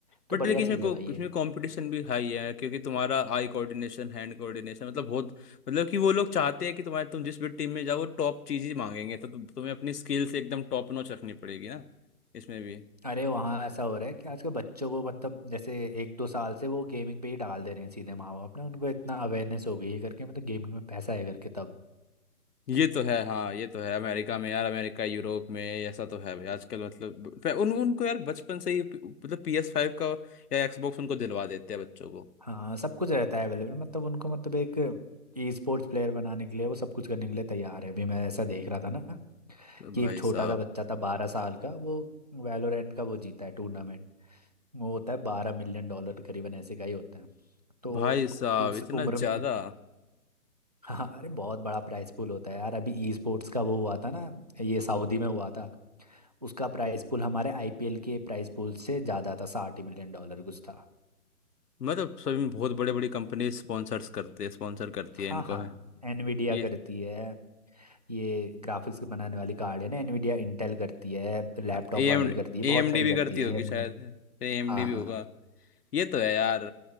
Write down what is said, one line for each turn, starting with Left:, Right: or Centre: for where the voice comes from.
Right: तो
Left: बट
Right: बढ़िया
Left: लेकिन
Right: चीज़
Left: इसमें को
Right: है भाई ये
Left: इसमें कंपटीशन भी हाई है क्योंकि तुम्हारा आई कोऑर्डिनेशन हैंड कोऑर्डिनेशन मतलब बहुत मतलब कि वो लोग चाहते हैं कि तुम्हारे तुम जिस भी टीम में जाओ वो टॉप चीज़ ही मांगेंगे तो तु, तुम्हें अपनी स्किल्स एकदम टॉप नॉच रखनी पड़ेगी ना इसमें भी
Right: अरे वहाँ ऐसा हो रहा है कि आजकल बच्चों को मतलब जैसे एक दो साल से वो गेमिंग पे ही डाल दे रहे हैं सीधे माँ बाप ना उनको इतना अवेयरनेस हो गई है करके मतलब गेमिंग में पैसा है करके तब
Left: ये तो है हाँ ये तो है अमेरिका में यार अमेरिका यूरोप में ऐसा तो है भाई आजकल मतलब प- उन उनको यार बचपन से ही प- मतलब पी एस फाइव का या एक्सबॉक्स उनको दिलवा देते हैं बच्चों को
Right: हाँ सब कुछ रहता है अवेलेबल मतलब उनको मतलब एक ई स्पोर्ट्स प्लेयर बनाने के लिए वो सब कुछ करने के लिए तैयार है अभी मैं ऐसा देख रहा था ना कि
Left: भाई
Right: एक छोटा
Left: साहब
Right: सा बच्चा था बारह साल का वो वैलोरेंट का वो जीता है टूर्नामेंट वो होता है बारह मिलियन डॉलर करीबन ऐसे का ही होता है तो
Left: भाई साहब
Right: उस
Left: इतना
Right: उम्र
Left: ज्यादा
Right: में हाँ अरे बहुत बड़ा प्राइस पूल होता है यार अभी ई स्पोर्ट्स का वो हुआ था ना ये सऊदी में हुआ था उसका प्राइस पूल हमारे आईपीएल के प्राइस पूल से ज़्यादा था साठ मिलियन डॉलर कुछ था
Left: मतलब सभी में बहुत बड़े बड़ी कंपनी स्पॉन्सर्स करते हैं स्पॉन्सर करती
Right: हाँ
Left: है इनको
Right: हाँ
Left: है
Right: एनवीडिया
Left: ये
Right: करती है ये ग्राफिक्स बनाने वाली कार्ड है ना एनवीडिया इंटेल करती है लैपटॉप
Left: A
Right: वाली
Left: M
Right: करती है
Left: A
Right: बहुत
Left: M
Right: सारी
Left: D भी
Right: करती
Left: करती होगी
Right: है एएमडी
Left: शायद है ए एम
Right: हाँ
Left: डी भी होगा
Right: हाँ
Left: ये तो है यार